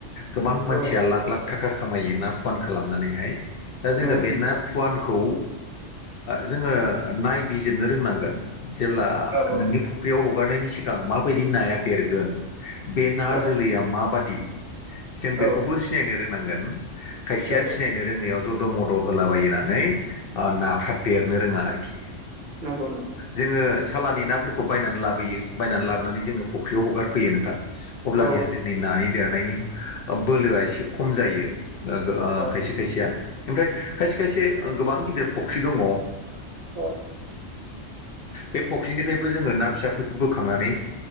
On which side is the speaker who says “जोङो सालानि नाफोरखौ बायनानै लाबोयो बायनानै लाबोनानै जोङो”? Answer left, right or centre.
Left